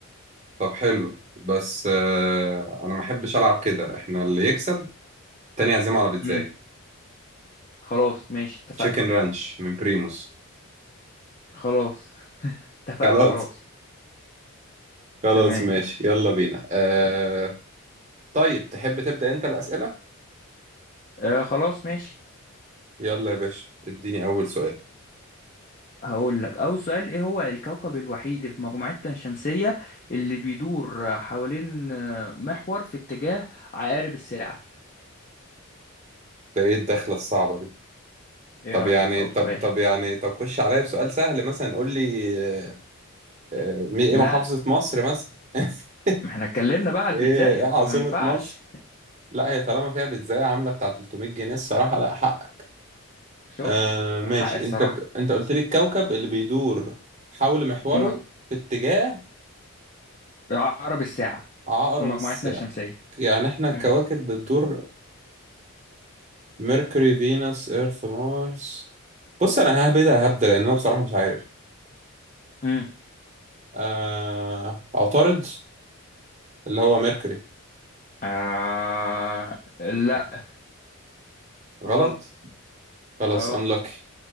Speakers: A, on the right (about 30°); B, on the left (about 35°).
A: طب حلو بس آه انا ما احبش العب كده احنا اللي يكسب تاني يعزمه على بيتزاية
B: امم خلاص ماشي اتفقنا
A: تشيكن رانش من بريموس
B: خلاص <laughs> اتفقنا
A: خلاص
B: خلاص
A: خلاص
B: تمام
A: ماشي يلا بينا آه طيب تحب تبدا انت الاسئله
B: آه خلاص ماشي
A: يلا يا باشا اديني اول سؤال
B: هقول لك أول سؤال إيه هو الكوكب الوحيد اللي في مجموعتنا الشمسية اللي بيدور حوالين آه، محور في اتجاه عقارب الساعة
A: ده ايه الدخله الصعبه دي
B: إيه
A: طب
B: رأيك
A: يعني
B: بقى في أول
A: طب
B: سؤال؟
A: طب يعني طب خش عليا بسؤال سهل مثلا قول لي آه، آه، مي- ايه
B: لا
A: محافظة مصر مثلا <laughs>
B: ما احنا اتكلمنا بقى على
A: ايه
B: البيتزايم
A: ايه عاصمة
B: فما ينفعش
A: مصر لا هي طالما فيها بيتزاية عاملة بتاع 300 جنيه الصراحة لا حقك
B: شفت؟
A: آه ماشي
B: حق الصراحة
A: انت بت... انت قلت لي الكوكب اللي بيدور حول محوره
B: في مج-
A: في اتجاه
B: عقرب الساعة
A: عقرب
B: في مجموعتنا
A: الساعة
B: الشمسية
A: يعني احنا
B: مم.
A: الكواكب بتدور ميركوري فينوس ايرث مارس بص انا ههبدها هبدأ لان انا بصراحة مش عارف
B: مم.
A: آه... عطارد اللي هو ميركوري
B: آه... لا
A: غلط
B: غلط
A: خلاص
B: اه
A: unlucky